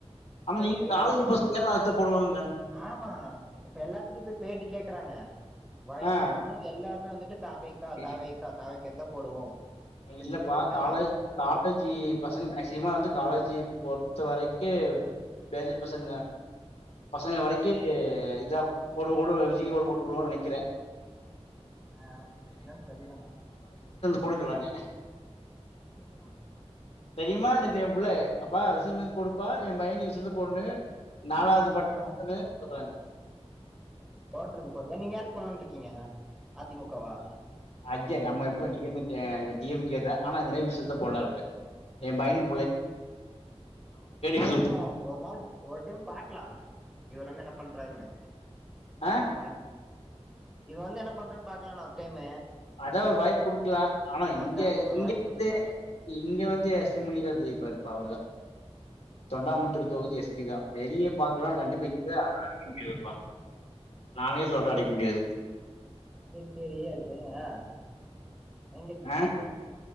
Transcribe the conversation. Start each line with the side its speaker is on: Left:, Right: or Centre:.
Left: ஆம் நீங்
Centre: பேட்டி
Left: காலேஜ் பஸ்தா <unintelligible> போடுவாங்
Centre: ஆமா இப்ப எல்லாத்திட்டையு போய் பேட்டி கேக்கறாங்க வயசானவங்களு
Left: ஆ
Centre: எல்லா மே வந்துட்டு தா வெ கா
Left: இல்
Centre: தா வெ கா தா வெ கெத்த போடுவோ அப்டின்னு
Left: இல்லப்பா
Centre: சொல்லிட்டு இருக்காங்க
Left: காலேஜ் காலேஜி பசங்க மேக்சி க்கிமா வந்து காலேஜி பொறுத்த வரைக்கி பேஜர் பசங்க பசங்க வரைக்கி எ இதா போடு போடு விஜிக்கு ஒ ஒட் போடுவான் நெனைக்கிறே
Centre: ஆஹ் அதா தெர்லணா
Left: புடுங்குறாங்க
Centre: அப்டிங்ளா
Left: தெரியமா நேத்து எ புள்ள அப்பா விசில் சின்னதுக் போடுப்பா எ பையன்னு விசில் தா போடனு நாலாவது
Centre: ம்
Left: பட்
Centre: ஆ
Left: <inaudible> சொல்றாங்க
Centre: போட்ருங்க போ ஏன் நீங்க யாருக்கு போடலானு இருக்கீங்க அதிமுகவா
Left: அய்ய நம்ம எப்போ டி எம் க்கு கே டி எம் கே தா ஆனா இந்த டைம் விசில்க்கு தா போடலானு இருக்க எம் பையனு
Centre: போடுங்க
Left: விசில்
Centre: ஒரு நாள் ஒரு டைம் பாக்கலா இவர் வந்து என்ன பண்றாருன்னு
Left: ஆ
Centre: ஆட்சி மாறுனு இவன் வந்து என்ன பண்றான் பாக்காலாணா ஒரு டைம்
Left: அதா ஒரு வாய்ப்பு குடுக்கலா ஆனா இங்க
Centre: அதா ஒரு
Left: இங்க
Centre: வாய்ப்பு
Left: வந்து
Centre: குடுத்து பாக்கலா
Left: இங்க வந் து அஸ்விமணிதா ஜெய்ப்பாருப்பா அவருதா தொண்டாமுத்தர் தொகுதி ப்பிதா வெளியே பாக்கலா ஆனா கண்டிப்பா இங்கே அவர அடிக்க முடியாதுப்பா நானே சொல்றே அடிக்க முடியாது
Centre: <unintelligible> எங்க இருக்கிங்க
Left: ஆ
Centre: இப்போ?